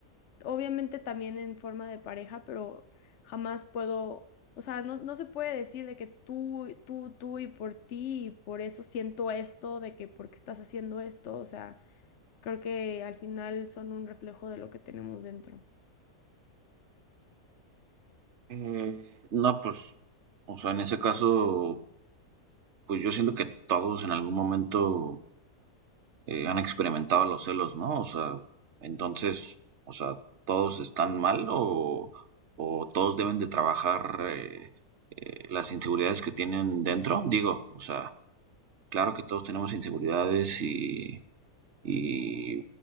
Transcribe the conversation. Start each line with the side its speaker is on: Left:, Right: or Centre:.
Left: obviamente también en forma de pareja, pero jamás puedo, o sea, no, no se puede decir de que tú, tú, tú y por ti, y por eso siento esto, de que porque estás haciendo esto, o sea, creo que al final son un reflejo de lo que tenemos dentro.
Right: Mm, No, pues, o sea, en ese caso, pues yo siento que todos en algún momento eh, han experimentado los celos, ¿no? O sea, entonces, o sea, ¿todos están mal o, o todos deben de trabajar eh, eh, las inseguridades que tienen dentro? Digo, o sea, Claro que todos tenemos inseguridades y, y,